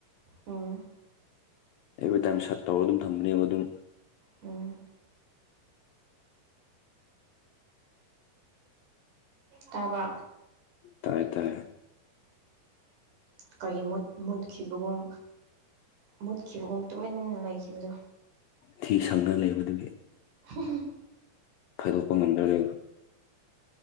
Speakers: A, on the right (about 75°); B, on the left (about 75°).
A: ꯎꯝ
B: ꯑꯦꯕ꯭ꯔꯤꯇꯥꯏꯝ ꯁꯠ ꯇꯧꯔꯒ ꯑꯗꯨꯝ ꯊꯝꯕꯅꯦꯕ ꯑꯗꯨꯝ
A: ꯎꯝ ꯇꯥꯕ
B: ꯇꯥꯏ ꯇꯥꯏꯦ
A: ꯀꯔꯤꯒꯤ ꯃꯨꯠ ꯃꯨꯠꯈꯤꯕꯒꯨꯝ ꯃꯨꯠꯈꯤꯕꯒꯨꯝ ꯇꯨꯃꯤꯟꯅ ꯂꯩꯈꯤꯕꯗꯣ
B: ꯊꯤ ꯁꯪꯅ ꯂꯩꯕꯗꯨꯒꯤ
A: ꯍ
B: ꯈꯥꯏꯗꯣꯛꯄ ꯉꯝꯗ꯭ꯔ ꯂꯩꯕ